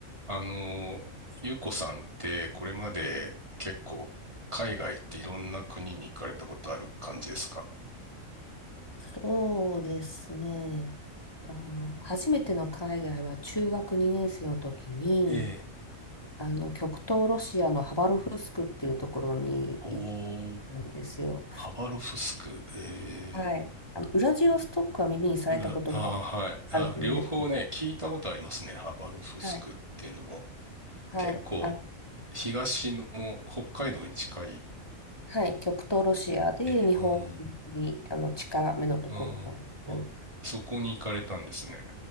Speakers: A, on the right; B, on the left.
A: あの、ゆうこさんってこれまで結構海外っていろんな国に行かれたことある感じですか
B: そうですね。あー、初めての海外は中学2年生の時に、
A: ええ、
B: あの極東ロシアのハバロフスクっていうところに行っ
A: おー、
B: たんですよ。
A: ハバロフスク、え
B: はい。あのウラジオストックは耳にされたことが
A: え、裏、あー、はい。あ、
B: あると思うんですけど、
A: 両方ね、聞いたことありますね。ハバロフスクっていうのも。
B: はい。はい。
A: 結構、
B: あ、
A: 東の北海道に近い
B: はい。極東ロシアで日本にあの近めのところなんですよ。
A: エリア。うん、うん、あ、そこに行かれたんですね。